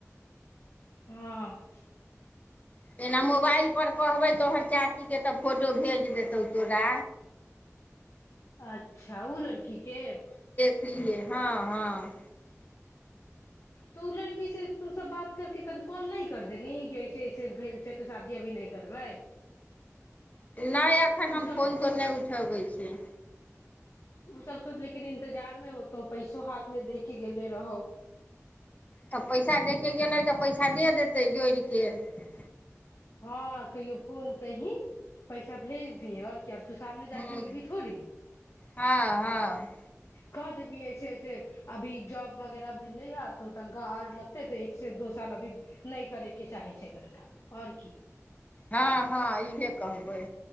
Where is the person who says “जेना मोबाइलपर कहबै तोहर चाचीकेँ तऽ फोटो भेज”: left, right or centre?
Left